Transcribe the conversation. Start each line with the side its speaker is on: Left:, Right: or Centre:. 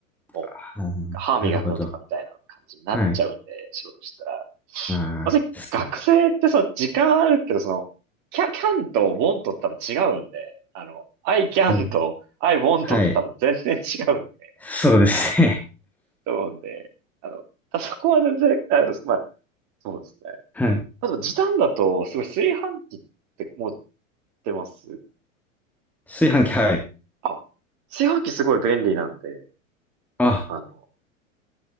Right: もう、
Centre: あーなるほど。
Right: なんか歯磨くのとかみたいな感じになっちゃうんで、
Centre: はい。
Right: 仕事してたら。
Centre: ああ、
Right: まず学生ってさ、
Centre: そうか。
Right: 時間あるけど、その、キャ、キャンと want って多分違うんで、あの、I can
Centre: そう。
Right: と I want
Centre: はい。
Right: って多分全然違うんで、
Centre: そうですね。
Right: と思うんで、あの、あそこは全然、あれです。まあ、そうですね。
Centre: <laughs> はい。
Right: あと、時短だと、すごい炊飯器って持ってます。
Centre: 炊飯器、はい。
Right: あ、炊飯器すごい便利なんで、
Centre: あ、
Right: あの、